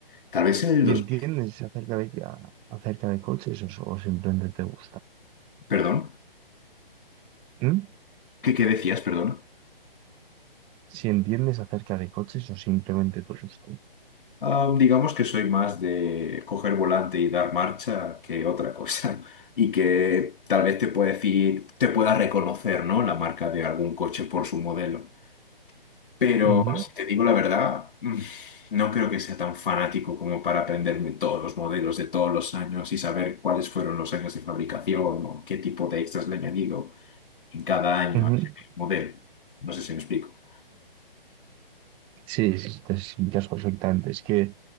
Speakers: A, on the left (about 60°); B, on the right (about 15°).
A: Tal vez en el
B: ¿Y
A: 2000,
B: entiendes acerca de, a- acerca de coches o, so- o simplemente te gusta?
A: perdón,
B: ¿Mm?
A: ¿qué, qué decías, perdón?
B: Si entiendes acerca de coches o simplemente te gusta.
A: Ah, digamos que soy más de coger volante y dar marcha que otra cosa. <laughs> Y que tal vez te puede decir, te pueda reconocer, ¿no? La marca de algún coche por su modelo. Pero
B: Ujú,
A: si te digo la verdad, mm, no creo que sea tan fanático como para aprenderme todos los modelos de todos los años y saber cuáles fueron los años de fabricación o qué tipo de extras le han añadido en cada año
B: ujú.
A: a cada modelo. No sé si me explico.
B: Sí, sí, te explicas perfectamente. Es que